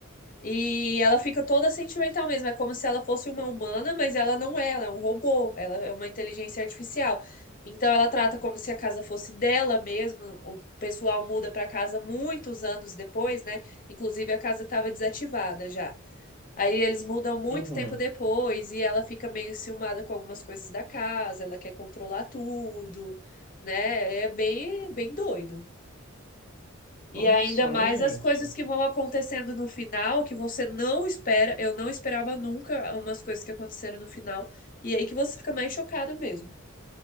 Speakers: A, on the left; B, on the right.
A: E ela fica toda sentimental mesmo, é como se ela fosse uma humana, mas ela não é, ela é um robô, ela é uma inteligência artificial. Então ela trata como se a casa fosse dela mesmo. O pessoal muda para casa muitos anos depois, né? Inclusive a casa estava desativada já. Aí eles mudam muito
B: Uhum.
A: tempo depois e ela fica meio enciumada com algumas coisas da casa, ela quer controlar tudo, né? É bem, bem doido. E
B: Olha
A: ainda
B: só,
A: mais
B: gente.
A: as coisas que vão acontecendo no final, que você não espera. Eu não esperava nunca umas coisas que aconteceram no final. E aí que você fica mais chocada mesmo.